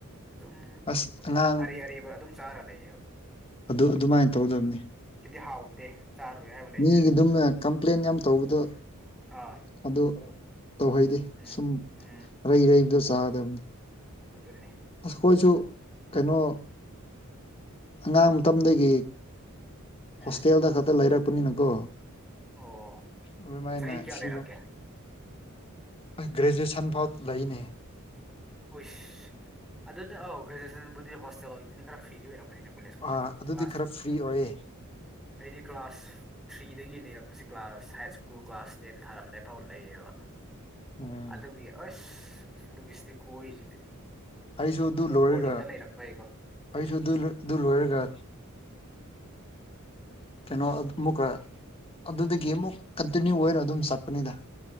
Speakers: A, in the centre; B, on the left.
A: ꯑꯗꯨꯝ
B: ꯑꯁ ꯑꯉꯥꯡ
A: ꯑꯔꯩ ꯑꯔꯤꯕ ꯑꯗꯨꯝ ꯆꯥꯔꯥ ꯂꯩꯌꯦꯕ
B: ꯑꯗꯨ -ꯑꯗꯨꯃꯥꯏꯅ ꯇꯧꯗꯝꯅꯤ
A: ꯁꯤꯗꯤ ꯍꯥꯎꯇꯦ ꯆꯥꯔꯣꯏ ꯍꯥꯏꯕ ꯂꯩꯇꯦꯗ
B: ꯃꯤꯒꯤ ꯗꯨꯝ ꯀꯝꯄ꯭ꯂꯦꯟ ꯌꯥꯝ ꯇꯧꯕꯗꯣ
A: ꯑꯥ
B: ꯑꯗꯨ ꯇꯧꯍꯩꯗꯦ
A: ꯎꯝ
B: ꯁꯨꯝ
A: ꯎꯝ
B: ꯑꯩꯔꯩ-ꯑꯔꯩꯕꯗꯣ ꯆꯥꯒꯗꯕꯅꯤ
A: ꯑꯗꯨꯅꯤ
B: ꯑꯩꯈꯣꯏꯁꯨ ꯀꯩꯅꯣ ꯑꯉꯥꯡ ꯃꯇꯝꯗꯒꯤ
A: ꯎꯝ
B: ꯍꯣꯁꯇꯦꯜꯗ ꯈꯛꯇ ꯂꯩꯔꯛꯄꯅꯤꯅꯀꯣ
A: ꯑꯣ
B: ꯑꯗꯨꯃꯥꯏꯅ
A: ꯆꯍꯤ ꯀꯌꯥ
B: ꯁꯤꯒꯣ
A: ꯂꯩꯔꯛꯀꯦ
B: ꯒ꯭ꯔꯦꯖꯨꯑꯦꯁꯟ ꯐꯥꯎ ꯂꯩꯅꯦ
A: ꯎꯨꯏꯁ ꯑꯗꯨꯗ ꯑꯧ ꯒ꯭ꯔꯦꯖꯨꯋꯦꯁꯟꯕꯨꯗꯤ ꯍꯣꯁꯇꯦꯜ ꯑꯣꯏꯕꯅꯤꯅ ꯈꯔ ꯐ꯭ꯔꯤꯗꯤ ꯑꯣꯏꯔꯝꯃꯅꯤꯅ‌ꯦ ꯀꯣꯂꯦꯖꯀꯨꯝꯕꯗꯤ
B: ꯑꯥ ꯑꯗꯨꯗꯤ
A: ꯀ꯭ꯂꯥꯁ
B: ꯈꯔ ꯐ꯭ꯔꯤ ꯑꯣꯏꯌꯦ
A: ꯑꯩꯗꯤ ꯀ꯭ꯂꯥꯁ ꯊ꯭ꯔꯤꯗꯒꯤ ꯂꯩꯔꯛꯄꯁꯤ class high school class ten ꯊꯥꯔꯝꯗꯥꯏꯐꯥꯎ ꯂꯩꯌꯦꯕ
B: ꯎꯝ
A: ꯑꯗꯨꯒꯤ ꯑꯁ ꯑꯗꯨꯒꯤ ꯏꯁꯤꯇꯤꯛ ꯈꯨꯑꯣꯏꯁꯤꯗꯤ
B: ꯑꯩꯁꯨ ꯑꯗꯨ
A: ꯑꯗꯨꯝ
B: ꯂꯣꯏꯔꯒ
A: ꯕꯣꯔꯗꯤꯡꯗ ꯂꯩꯔꯛꯄꯩꯀꯣ
B: ꯑꯩꯁꯨ ꯑꯗꯨ-ꯑꯗꯨ ꯂꯣꯏꯔꯒ ꯀꯩꯅꯣ ꯑꯃꯨꯛꯀ ꯑꯗꯨꯗꯒꯤ ꯑꯃꯨꯛ ꯀꯟꯇꯤꯅ꯭ꯌꯨ ꯑꯣꯏꯅ ꯑꯗꯨꯝ ꯆꯠꯄꯅꯤꯗ